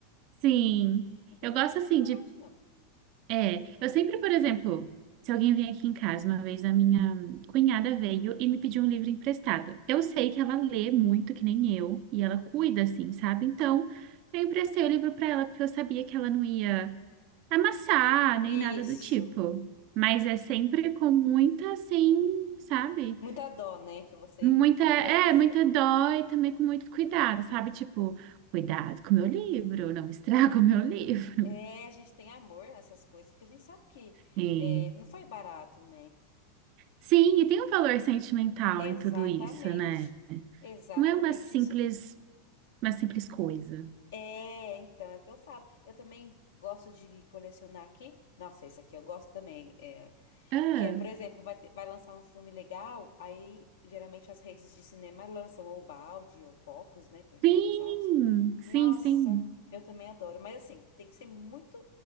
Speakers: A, on the right; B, on the left.
A: Sim,
B: Eu também
A: eu gosto
B: não teria
A: assim
B: coragem,
A: de.
B: não.
A: É, eu sempre, por exemplo, se alguém vem aqui em casa, uma vez a minha cunhada veio e me pediu um livro emprestado. Eu sei que ela lê muito, que nem eu, e ela cuida, assim, sabe? Então, eu emprestei o livro para ela porque eu sabia que ela não ia amassar nem
B: Isso.
A: nada do tipo. Mas é sempre com muita, assim, sabe?
B: Muita dó, né, que você
A: Muita, é,
B: presta.
A: muita dó e também com muito cuidado, sabe? Tipo, cuidado com o meu livro, não estraga o meu <laughs> livro.
B: É, a gente tem amor nessas coisas, porque a gente sabe que
A: Sim.
B: é, não foi barato, né?
A: Sim, e tem um valor sentimental
B: Exatamente.
A: em tudo isso, né?
B: Exatamente.
A: Não é uma simples,
B: Isso
A: uma simples coisa.
B: é, então, é o que eu falo. Eu também gosto de colecionar aqui. Nossa, esse aqui eu gosto também. é,
A: Ah,
B: que é, por exemplo, vai, ter- vai lançar um filme legal, aí geralmente as redes de cinema lançam ou balde ou copos, né, personalizados.
A: sim, sim,
B: Nossa,
A: sim.
B: eu também adoro. Mas assim, tem que ser muito.